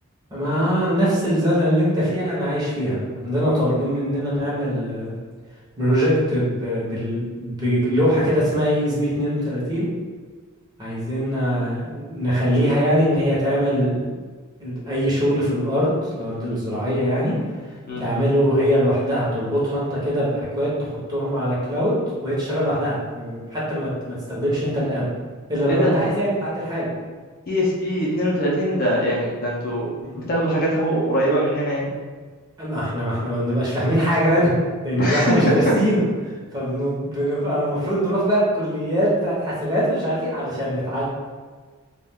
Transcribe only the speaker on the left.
امم
ايه
ده
اي اس بي 32 ده يعني ده انتوا
بتاخدوا حاجات اهو قريبة مننا يعني
<laughs>